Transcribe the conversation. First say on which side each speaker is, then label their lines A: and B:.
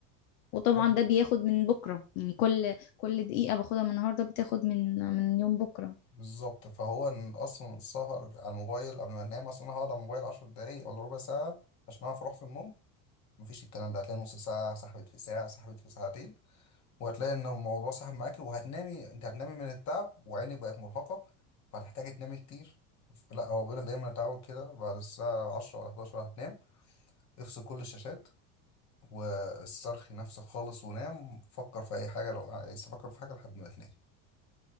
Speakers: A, on the left; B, on the left.
A: وطبعا
B: ده
A: ده بياخد من بكرة يعني كل كل دقيقة باخدها من النهاردة بتاخد من من يوم بكرة
B: بالظبط فهو إن اصلا السهر على الموبايل قبل ما انام اصلا انا هقعد على الموبايل 10 دقايق ولا ربع ساعه عشان اعرف اروح في النوم مفيش الكلام ده هتلاقي نص ساعة سحبت في ساعة سحبت في ساعتين وهتلاقي ان الموضوع سحب معاك وهتنامي انت هتنامي من التعب وعينك بقت مرهقة فهتحتاجي تنامي كتير لا هو بيقولك دايما اتعود كده بعد الساعة 10 ولا 11 هتنام افصل كل الشاشات واسترخي نفسك خالص ونام فكر في أي حاجة لو عايز تفكر في حاجة لحد ما تنام